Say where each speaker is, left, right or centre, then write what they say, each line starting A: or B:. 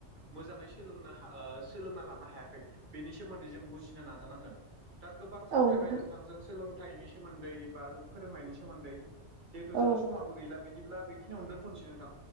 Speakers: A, on the right; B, on the right.
A: मोजाङै सोलोंनो हा सोलोंना लानो हायाखै बेनि सोमोन्दै जों बुजिनो नाजानांगोन। दा गोबां सावरायबाय
B: औ नोंथां
A: नोंथांजों सोलोंथाइनि सोमोन्दै बा जों फोरोंनायनि सोमोन्दै जिहेथु जोंहा
B: औ
A: समाबो गैला बिदिब्ला बेखिनिनो दोनथ'सै नोंथां।